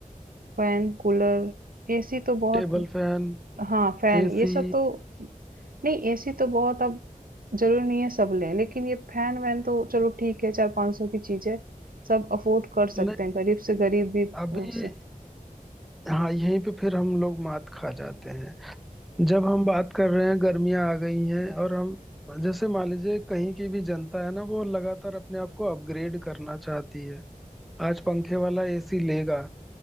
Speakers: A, on the right; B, in the centre.
A: फैन, कूलर, एसी तो बहुत
B: Table fan
A: हाँ, फैन
B: AC
A: ये सब तो नहीं एसी तो बहुत अब जरूरी नहीं है सब लें लेकिन ये फैन वैन तो चलो ठीक है चार पांच सौ की चीज है सब अफोर्ड कर
B: नहीं
A: सकते हैं गरीब से गरीब भी
B: अभी
A: उस
B: हाँ यहीं पे फिर हम लोग मात खा जाते हैं जब हम बात कर रहे हैं गर्मियां आ गई हैं और हम जैसे मान लीजिए कहीं की भी जनता है ना वो लगातार अपने आप को अपग्रेड करना चाहती है आज पंखे वाला एसी लेगा